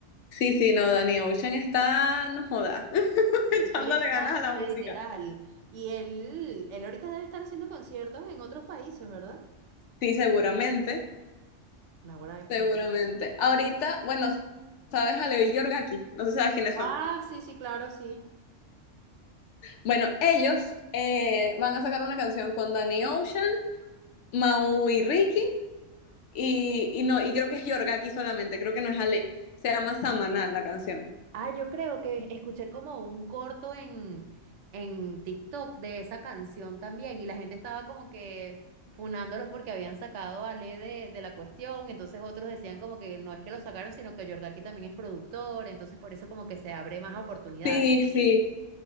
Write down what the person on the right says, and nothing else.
Él, él está
literal. Y él, él ahorita debe estar haciendo conciertos en otros países, ¿verdad?
Naguará de
Fil.
Ah,
sí, sí, claro, sí.
Ah, yo creo que escuché como un corto en, en TikTok de esa canción también. Y la gente estaba como que funándolos porque habían sacado a Ale de, de la cuestión. Entonces otros decían como que no es que lo sacaron, sino que Yorgaki también es productor. Entonces por eso como que se abre más oportunidades.